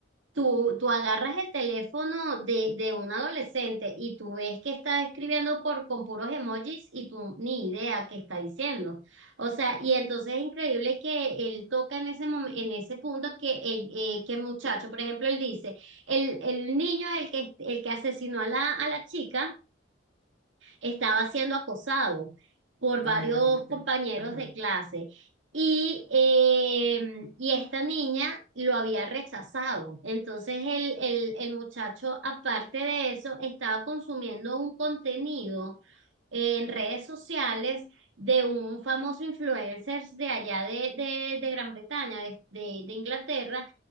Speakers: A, on the right (about 75°); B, on the right (about 55°).
A: tú, tú agarras el teléfono de, de un adolescente y tú ves que está escribiendo por, con puros emojis y tú ni idea qué está diciendo. O sea, y entonces es increíble que él toca en ese momen- en ese punto que el, eh, que el muchacho, por ejemplo, él dice, el, el niño, el que, el que asesinó a la, a la chica estaba siendo acosado por varios
B: Ah, imagínate,
A: compañeros
B: ajá.
A: de clase. Y, eh, y esta niña lo había rechazado. Entonces el, el, el muchacho, aparte de eso, estaba consumiendo un contenido en redes sociales de un famoso influencer de allá de, de, de Gran Bretaña, de, de- de Inglaterra,